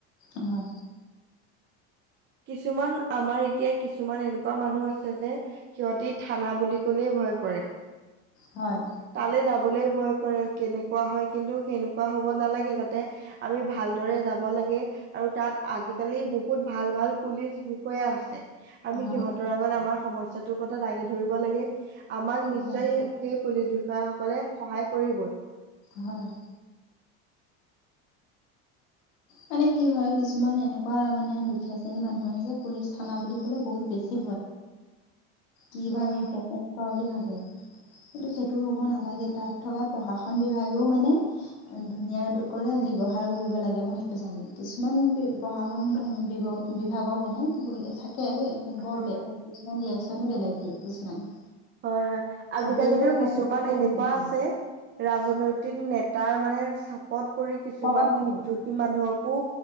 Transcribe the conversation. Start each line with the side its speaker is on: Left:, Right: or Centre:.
Left: অ'।
Right: কিছুমান আমাৰ এতিয়া কিছুমান এনেকুৱা এনেকুৱা মানুহ আছে যে, সিহঁতি থানা বুলি কলেই ভয় কৰে।
Left: হয়,
Right: তালে যাবলৈ ভয় কৰে, কেনেকুৱা হয়, কিন্তু সেনেকুৱা হ'ব নালাগে, যাতে আমি ভালদৰে যাব লাগে। আৰু তাত আজিকালি বহুত ভাল, ভাল পুলিচ বিষয়াে আছে। আমি
Left: হয়,
Right: সিহঁতৰ আগত আমাৰ <unintelligible> কথা দাঙি ধৰিব লাগে। আমাক নিশ্চয়
Left: হয়,
Right: সেই পুলিচ বিষয়াসকলে সহায় কৰিবই।
Left: হয়। মানে কি হয়, কিছুমান এনেকুৱা মানে দুখীয়া শ্ৰেণী মানুহে যে, পুলিচ থানা বুলি ক'লে বহুত বেছি কি
Right: হয়
Left: বা হ'ব
Right: হয়
Left: এনেকোৱা বুলি ভাবে। কিন্তু সেইটো হ'ব নালাগে, তাত থকা প্ৰশাসন বিভাগেও মানে ধুনীয়া কৰে। ব্যৱহাৰ কৰিব লাগে মই। জানো কিছুমান প্ৰশাসন বিভাগ, বিভাগৰ মানে থ বৰ, কিছুমান
Right: হয়
Left: ৰিয়েকচনো বেলেগ দিয়ে কিছুমান
Right: হয়, হয়,
Left: চবেই
Right: আজিকালিতো
Left: যে ভাল
Right: কিছুমান
Left: সেইটো ক'ব
Right: এনেকুৱা
Left: নিবিচাৰে
Right: আছে ৰাজনৈতিক নেতা তাৰ মানে চাপ <unintelligible> পৰি কিছুমান
Left: তলত থাকে
Right: নিৰ্দ্ৰোষী মানুহকো